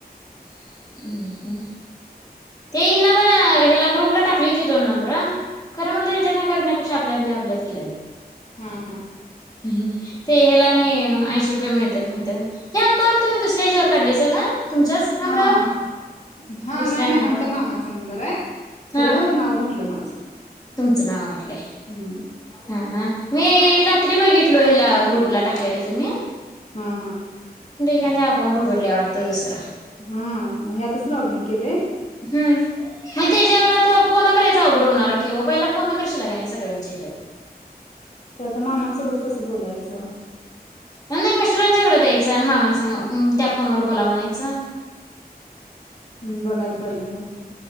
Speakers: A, on the left; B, on the left.
A: <unintelligible> ते हिन पण ह्याला ग्रुपला टाकली होती दोन नंबर, खरं म्हणलं ह्यांच्यातन करण्यापेक्षा आपल्यातल्या आपल्यात केल्याल बर.
B: हा हा
A: ह ते हेला आणि ऐंशी रुपये मिळत्यात म्हणत्यात. ह्या कांड तुम्ही दुसऱ्या हेज्यावर काढलेस का? तुमच्याच नंबरावर
B: हा-हा, हा
A: दुसऱ्या
B: नाही
A: नंबरावर
B: नाही आम मामांचा
A: का
B: नंबराय
A: हा
B: खरं नाव घात लं माझं.
A: तुमचं नाव घाटलंय,
B: हम्म
A: हा ह मी रात्री बघितलो, हिला ग्रुपला टाकलेला तुम्ही.
B: हा हा
A: त्यांनी अकाउंट उघडलय वाटतं दुसरं.
B: हा, मग ह्यातच लॉगिन केलय.
A: हम्म मग ते जेव <unintelligible> फोन करायच अवघड होणार कि वो, पहिला फोन करशीला का नाही सगळ्यांच्या ह्याज्यावर.
B: ते आता मामांसोबत कसं बोलायचं?
A: नाही मिस्टरांच्याकडे द्यायचं आणि मामां संग त्या फोनवर बोला मनायचं.
B: हम्म बघायला पाहिजे मग.